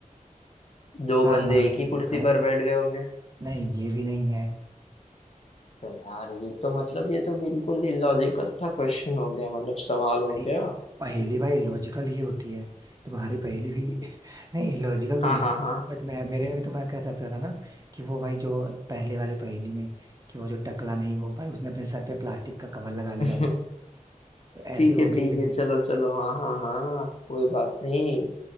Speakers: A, on the left; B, on the right.
A: दो
B: हार
A: बंदे
B: माना
A: एक ही
B: तुम
A: कुर्सी
B: बताऊं
A: पर बैठ गए होंगे
B: नहीं ये भी नहीं है
A: तो यार ये तो मतलब ये तो बिल्कुल ही लॉजिकल सा क्वेश्चन हो गया मतलब सवाल
B: भाई
A: हो गया
B: पहेली भाई लॉजिकल ही होती है तुम्हारी पहेली भी <laughs> नहीं लॉजिकल तो
A: हाँ
B: नहीं
A: हाँ
B: थी
A: हाँ
B: बट मैं मेरे में भी तो मैं कह सकता था ना कि वो भाई जो पहले वाले पहेली में कि वो जो टकला नहीं वो भाई उसने अपने सर पे प्लास्टिक का कवर लगा
A: <laughs>
B: लिया हो तो ऐसे
A: ठीक
B: ही
A: है
B: वो भी
A: ठीक
B: ये भी
A: है चलो चलो हाँ हाँ हाँ कोई बात नहीं